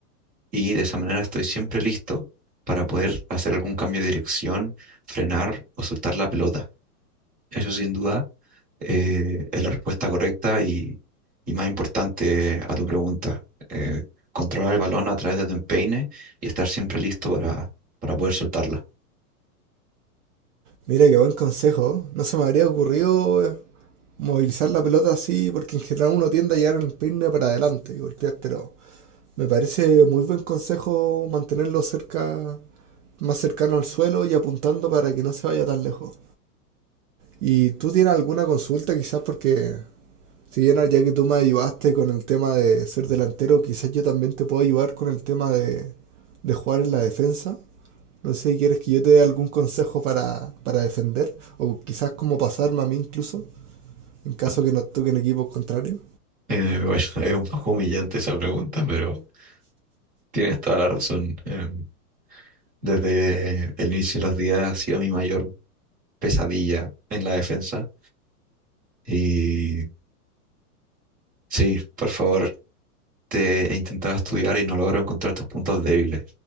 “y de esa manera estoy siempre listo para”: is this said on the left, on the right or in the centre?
Right